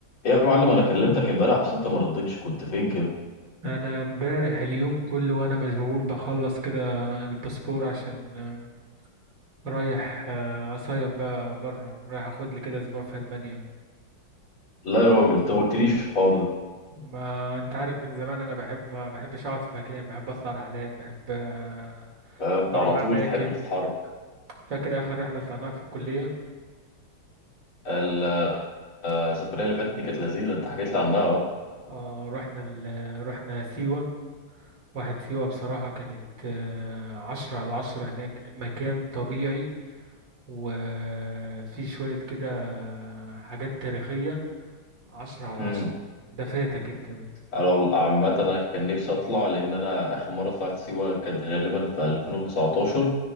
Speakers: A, on the left (about 85°); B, on the right (about 60°).
A: يا معلم انا كلمتك امبارح بس انت ما ردتش كنت فين كده
B: انا امبارح اليوم كله وانا مشغول بخلص كده الباسبور عشان آم، رايح آه، اصيف بقى بره رايح اخد لي كده اسبوع في المانيا
A: لا يا راجل انت ما قلتليش الحوار ده
B: ما انت عارف من زمان انا بحب ما بحبش اقعد في مكان بحب اطلع رحلات بحب آه،
A: آه، انت
B: اروح
A: على طول
B: اماكن
A: تحب تتحرك
B: فاكر اخر رحله طلعناها في الكليه
A: ال- آه، السفريه اللي فاتت دي كانت لذيذه انت حكيت لي عنها اه
B: آه رحنا ال... رحنا سيوه واحد سيوه بصراحه كانت آه، عشرة على عشرة هناك مكان طبيعي وفي شويه كده آه، حاجات تاريخيه عشرة على
A: امم
B: عشرة ده فاتك انت ده
A: على ال- عامه انا كان نفسي اطلع لان انا اخر مره طلعت سيوه كانت غالبا في 2019